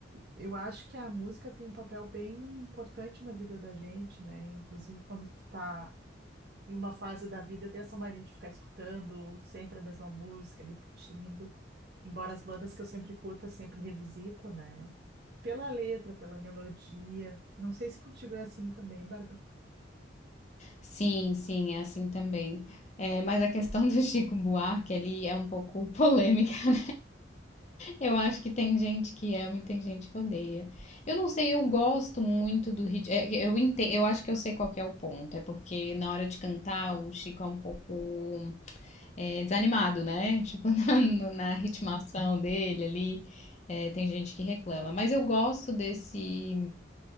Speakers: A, on the right; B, on the left.
A: eu acho que a música tem um papel bem importante na vida da gente, né? Inclusive, quando tu tá em uma fase da vida eu tenho essa mania de ficar escutando sempre a mesma música, repetindo. Embora as bandas que eu sempre curto, eu sempre revisito, né? Pela letra, pela melodia. Não sei se contigo é assim também, Bárbara.
B: Sim, sim, é assim também. É, mas a questão <laughs> do Chico Buarque ali é um pouco <laughs> polêmica. Eu acho que tem gente que ama e tem gente que odeia. Eu não sei, eu gosto muito do ritmo. é, Eu entendo, eu acho que eu sei qual que é o ponto. É porque na hora de cantar o Chico é um pouco é, desanimado, né? <laughs> Tipo, na, no- na ritmação dele ali, é, tem gente que reclama. Mas eu gosto desse,